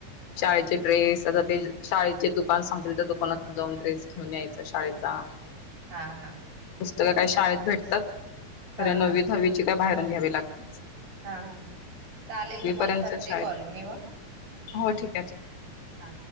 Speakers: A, on the left; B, on the right.
A: शाळेचे ड्रेस आता ते शाळे जे दुकान सांगतील त्या दुकानातून जाऊन ड्रेस घेऊन यायचा शाळेचा.
B: हा हा
A: पुस्तकं काही शाळेत भेटतात
B: हा
A: खरे
B: हा
A: नवी दहावीची काय बाहेरून घ्यावी लागतात.
B: हा हा चालेल तुम्हाला
A: पर्यंत
B: करते
A: शाळेत
B: कॉल मी मग.
A: हो ठीक आहे ठीक आहे.
B: हां